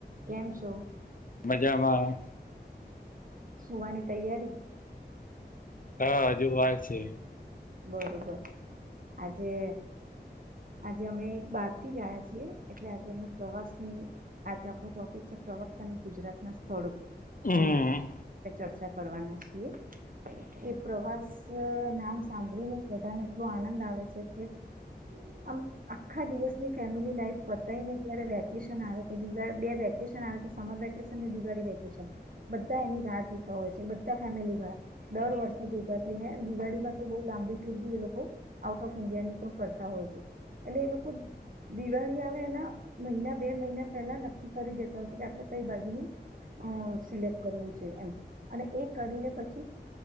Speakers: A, on the right; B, on the left.
A: કેમ છો?
B: મજામાં
A: સુવાની તૈયારી?
B: ના હજુ વાર છે.
A: બરોબર આજે આજે અમે બહાર થી જયા છીએ એટલે આજે અમે પ્રવાસની આજે આપણ ટોપિક છે પ્રવાસ અને ગુજરાત ના સ્થળો
B: હમ
A: એની ચર્ચા કરવાના છીએ. એ પ્રવાસ નામ સાંભળીને જ બધાને એટલો આનંદ આવે છે કે આમ આખા દિવસની ફેમિલી લાઈફ પતાયને ત્યારે વેકેશન આવે કે દવા બે વેકેશન સમ વેકેશ ને દિવાળી વેકેશન બધા એની રાહ જોતા હોય છે બધા ફેમિલી દર વર્ષે ભેગા થઈને દિવાળીમાં તો બ લાંબી ટુર બી એ લોકો આઉટ ઓફ ઇન્ડિયા ની પણ કરતા હોય છે એટલે એ લોકો <inaudible> આવે એના મહિના બે મહિના પેલા નક્કી કરી દેતા હશે કે આપણે કઈ બાજુ ન અ સિલેક્ટ કરવું છે એમ અને એ કરીને પછી